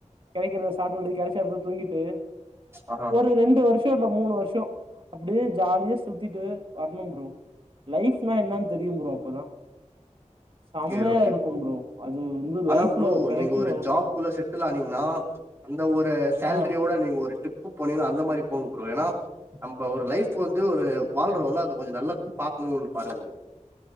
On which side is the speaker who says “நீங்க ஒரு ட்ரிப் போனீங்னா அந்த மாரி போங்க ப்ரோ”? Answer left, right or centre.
Right